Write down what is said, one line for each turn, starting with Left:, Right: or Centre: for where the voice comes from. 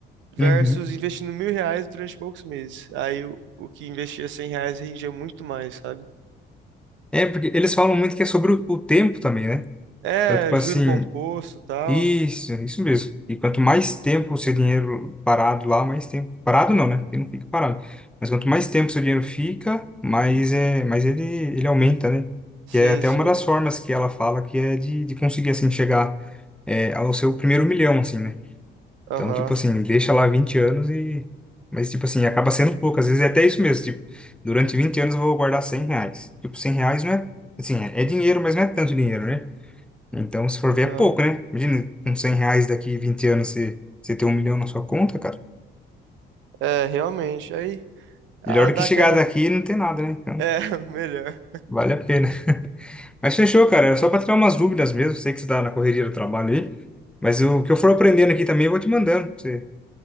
Right: versus
Centre: Uhum.
Right: investindo mil reais durante poucos meses. Aí o, o que investia 100 reais rendia muito mais, sabe?
Centre: É, porque eles falam muito que é sobre o, o tempo também, né?
Right: É,
Centre: Então, tipo
Right: juro
Centre: assim,
Right: composto e tal.
Centre: Isso, é isso mesmo. E quanto mais tempo o seu dinheiro parado lá, mais tempo. Parado não, né? Porque não fica parado. Mas quanto mais tempo o seu dinheiro fica, mais, é, mais ele, ele aumenta, né?
Right: Sim,
Centre: Que é até
Right: sim.
Centre: uma das formas que ela fala que é de, de conseguir, assim, chegar é, ao seu primeiro milhão, assim, né? Então,
Right: Aham,
Centre: tipo assim, deixa lá 20 anos e. Mas, tipo assim, acaba sendo pouco. Às vezes é até isso mesmo. Tipo, durante 20 anos eu vou guardar 100 reais. Tipo, 100 reais não é. Assim, é é dinheiro, mas não é tanto dinheiro, né? Então, se for
Right: aham.
Centre: ver, é pouco, né? Imagina, com 100 reais daqui 20 anos você, você ter um milhão na sua conta, cara.
Right: É, realmente. Aí, ah,
Centre: Melhor
Right: dá
Centre: do que chegar
Right: aquela.
Centre: daqui e não ter nada, né? Então,
Right: É, <laughs> melhor.
Centre: vale a pena. Mas fechou, cara. Era só pra tirar umas dúvidas mesmo. Sei que você tá na correria do trabalho aí. Mas o que eu for aprendendo aqui também, eu vou te mandando. pra Você, pra